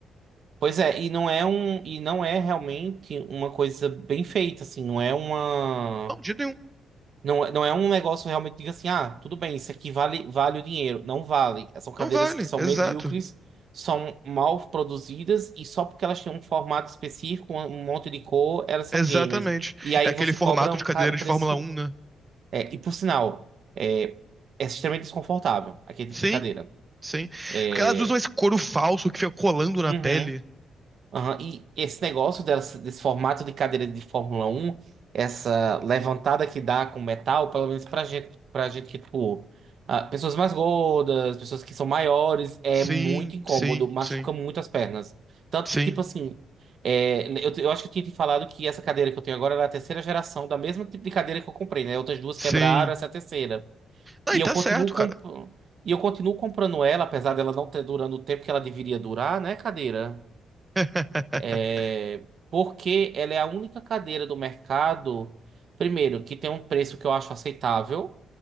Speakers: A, on the right (about 55°); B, on the right (about 15°).
A: Pois é, e não é um, e não é realmente uma coisa bem feita, assim, não é uma.
B: Não, de jeito nenhum.
A: Não, é- não é um negócio realmente, diga assim, ah, tudo bem, isso aqui vale, vale o dinheiro. Não vale. São cadeiras
B: Não vale,
A: que são
B: exato.
A: medíocres, são mal produzidas e só porque elas têm um formato específico, um um monte de cor, elas são
B: Exatamente.
A: gamers. E aí
B: É aquele
A: você
B: formato
A: cobra um,
B: de cadeira
A: ca- um
B: de
A: preço.
B: Fórmula 1, né?
A: É, e por sinal, é, é extremamente desconfortável aquele
B: Sim,
A: tipo de cadeira.
B: sim.
A: É,
B: Porque elas usam esse couro falso que fica colando na
A: uhum.
B: pele.
A: Aham, E esse negócio dessa- desse formato de cadeira de Fórmula Um, essa levantada que dá com metal, pelo menos pra gente, pra gente que, tipo, ah, pessoas mais gordas, pessoas que são maiores, é
B: Sim,
A: muito incômodo,
B: sim,
A: machuca
B: sim,
A: muito as pernas. Tanto
B: sim,
A: que, tipo assim, é, eu, eu acho que eu tinha te falado que essa cadeira que eu tenho agora era a terceira geração da mesma tipo de cadeira que eu comprei, né? Outras duas
B: sim.
A: quebraram, essa é a terceira.
B: Aí
A: E
B: tá
A: eu continuo
B: certo,
A: comp...
B: cara.
A: E eu continuo comprando ela, apesar dela não ter durando o tempo que ela deveria durar, né, cadeira?
B: <laughs>
A: É, porque ela é a única cadeira do mercado, primeiro, que tem um preço que eu acho aceitável.